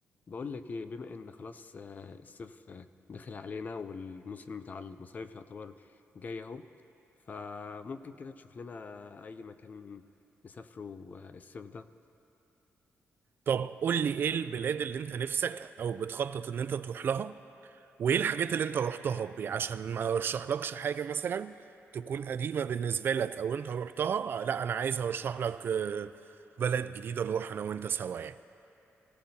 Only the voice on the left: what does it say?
بقول لك ايه بما ان خلاص آه، الصيف آه، داخل علينا والموسم بتاع المصايف يعتبر جاي اهو فممكن كده تشوف لنا اي مكان نسافره آه، الصيف ده